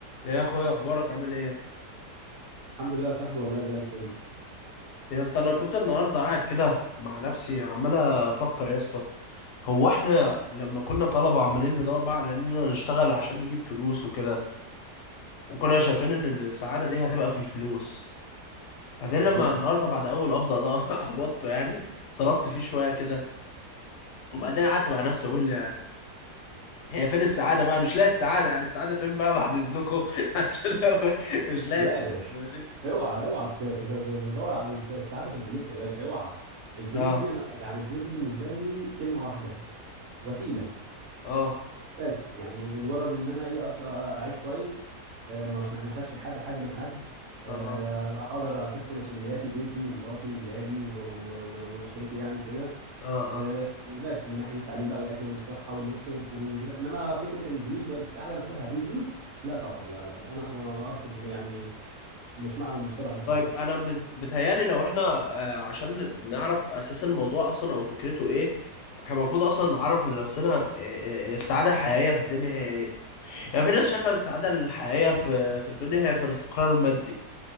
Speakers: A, on the left; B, on the right.
A: يا اخويا اخبارك عامل ايه
B: الحمد لله يا صاحبي والله زي الفل
A: يا اسطى انا كنت النهارده قاعد كده مع نفسي عمال افكر يا اسطى هو احنا لما كنا طلبه عمالين ندور بقى على اننا نشتغل عشان نجيب فلوس وكده وكنا شايفين ان السعاده دي هتبقى في الفلوس بعدين
B: تمام
A: لما النهارده بعد اول قبضه ده <laughs> قبضته يعني صرفت فيه شويه كده وبعدين قعدت مع نفسي اقول يعني هي فين السعاده بقى مش لاقي السعاده يعني السعاده فين بقى بعد اذنكم <laughs> عشان مش لاقي
B: لا
A: الس-
B: يا باشا
A: ماشي
B: اوعى اوعى تك- تك- تدور على الف- السعاده في الفلوس يا باشا اوعى الفلوس
A: اه
B: دي انا يعني الفلوس دي بالنسبه لي كلمه واحده وسيله
A: اه
B: بس يعني مجرد ان انا ايه أص- اعيش كويس آه، مش مح- محتاجش حد حاجه من حد آه،
A: اه اه
B: اقدر اكفي مسؤولياتي بيتي ومراتي واولادي و... و... و... واسرتي يعني وكده
A: اه
B: آه،
A: آه.
B: بس من ناحيه التعليم بقى والاكل والصحه واللبس والخروج وكده انما فكره ان الفلوس السعاده نفسها في الفلوس لا طبعا لا لا لا انا ما- ما ارفض يعني مش مع المصطلح ده خالص
A: طيب انا ب- بتهيالي لو احنا آه، عشان نعرف اساس الموضوع اصلا او فكرته ايه احنا المفروض اصلا نعرف لنفسنا آه، آه، السعاده الحقيقيه في الدنيا هي ايه يعني في ناس شايفه السعاده الحقيقيه في في الدنيا هي في الاستقرار المادي